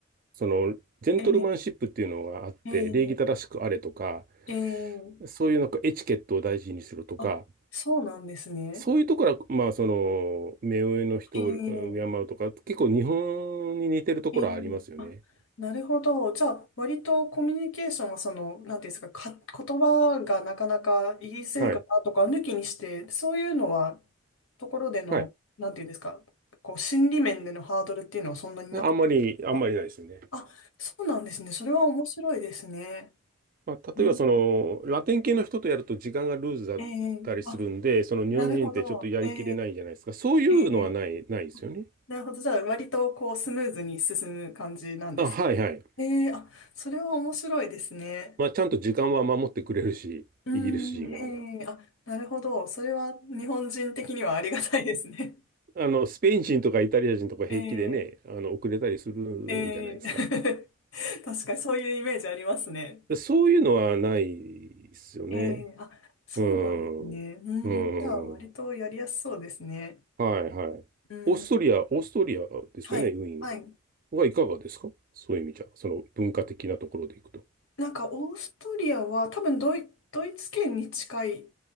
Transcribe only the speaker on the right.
その、ジェントルマンシップっていうのがあって、
礼儀正しくあれとか、
そういうなんかエチケットを大事にするとか、
そういうところは、まあ、その、目上の人をうん敬うとか、
結構日本に似てるところはありますよね。
はい。
はい。
あんまり、あんまりないですよね。
まあ、
例えばそのラテン系の人とやると時間がルーズだったりするんで、
その日本人ってちょっとやりきれないじゃないですか。
そういうのはない、
ないですよね。
あ、はいはい。
まあ、ちゃんと時間は守ってくれるし、
イギリス人は。
あの、スペイン人とかイタリア人とか平気でね、
あの、遅れたりするんじゃないですか。
でそういうのはないですよね。
うん。うん。
はいはい。
オーストリア、オーストリアですよね、
ウィーン
はいかがですかそういう意味じゃ、その文化的なところでいくと。